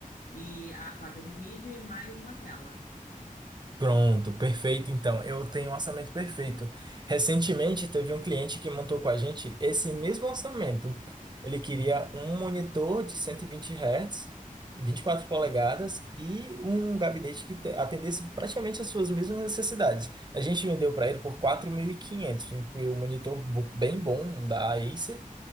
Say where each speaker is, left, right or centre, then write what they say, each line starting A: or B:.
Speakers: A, on the left; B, on the right.
A: e a placa de vídeo e mais uma tela.
B: Pronto, perfeito. Então, eu tenho um orçamento perfeito. Recentemente, teve um cliente que montou com a gente esse mesmo orçamento. Ele queria um monitor de 120 Hz, 24 polegadas e um gabinete que te- atendesse praticamente as suas mesmas necessidades. A gente vendeu para ele por quatro mil e quinhentos incluiu um monitor bo- bem bom, um da Acer,